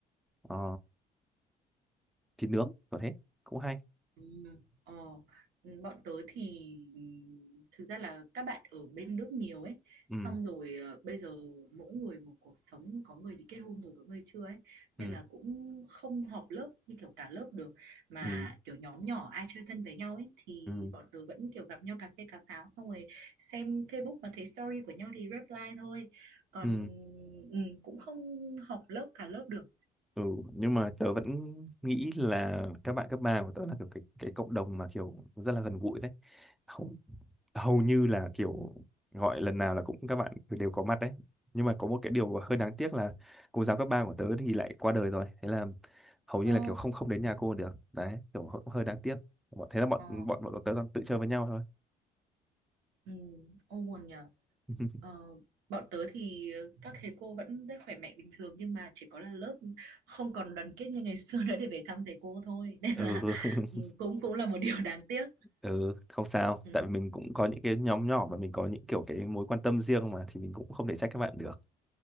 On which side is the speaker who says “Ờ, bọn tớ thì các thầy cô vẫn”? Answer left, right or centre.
Right